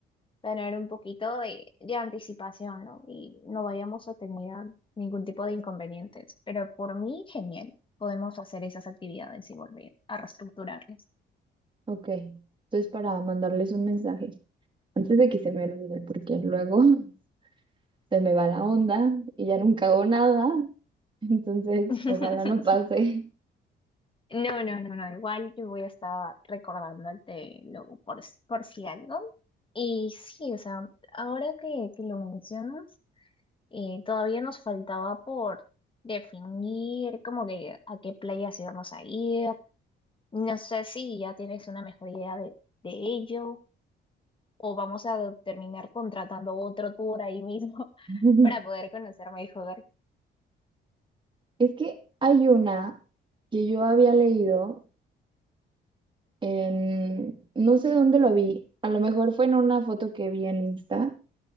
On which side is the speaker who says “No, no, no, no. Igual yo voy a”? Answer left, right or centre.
Left